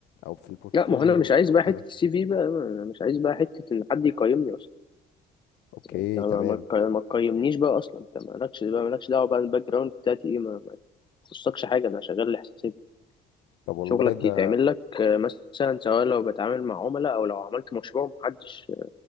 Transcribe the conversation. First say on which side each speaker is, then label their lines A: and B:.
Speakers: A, on the left; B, on the left.
A: او في البورتفوليو
B: لا ما هو أنا مش عايز
A: او
B: بقى
A: كده
B: حتة السي في بقى أنا مش عايز بقى حتة إن حد يقيمني أصلا
A: اوكي
B: أنت ما
A: تمام
B: ما تق- ما تقيمنيش بقى أصلا أنت مالكش بقى مالكش دعوة بقى الباك جراوند بتاعتي إيه ما, ما يخصكش حاجة أنا شغال لحسابي
A: طب والله
B: شغلك
A: ده
B: يتعمل لك آه، مثلا سواء لو بتعامل مع عملاء أو لو عملت مشروع محدش